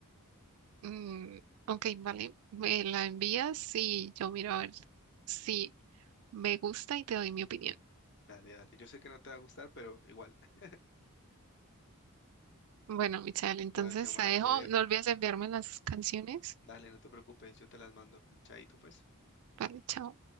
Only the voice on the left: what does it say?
Dale, dale. Yo sé que no te va a gustar, pero igual. <laughs>
Bueno, Xiomara,
te dejo.
Dale, no te preocupes, yo te las mando. Chaito, pues.